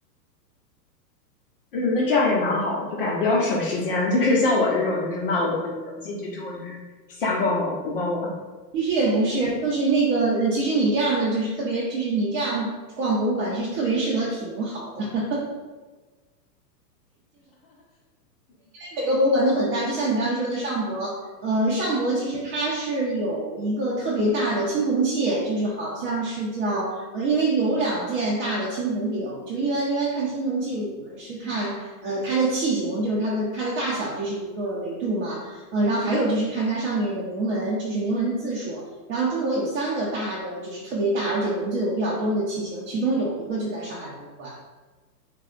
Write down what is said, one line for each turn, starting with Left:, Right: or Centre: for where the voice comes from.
Left: 嗯，那这样也蛮好的，就感觉比较省时间。<laughs> 就是像我这种就是漫无目的的，我进去之后就是瞎逛逛、胡逛逛。
Right: 其实也不是，就是那个，呃，其实你这样的就是特别，就是你这样逛博物馆是特别适合体能好的。每个博物馆都很大，就像你刚才说的上博，呃，上博其实它是有一个特别大的青铜器，就是好像是叫呃，因为有两件大的青铜鼎，就一般一般看青铜器，我们是看呃它的器型，就是它的它的大小，这是一个维度嘛，呃，然后还有就是看它上面的铭文，就是铭文的字数。然后中国有三个大的，就是特别大，而且文字有比较多的器型，其中有一个就在上海博物馆。